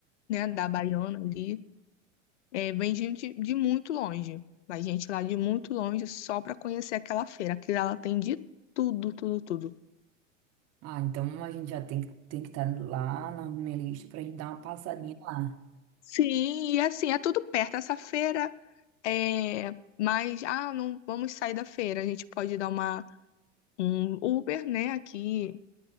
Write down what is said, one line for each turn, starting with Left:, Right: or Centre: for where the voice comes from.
Left: né, da Baiana ali, é, vem gente de muito longe. Vai gente lá de muito longe só para conhecer aquela feira, que ela tem de tudo, tudo, tudo.
Right: Ah, então a gente já tem, que- tem que estar lá na minha lista pra gente dar uma passadinha lá.
Left: Sim, e assim, é tudo perto. Essa feira é mas ah, não vamos sair da feira. A gente pode dar uma um Uber, né, aqui.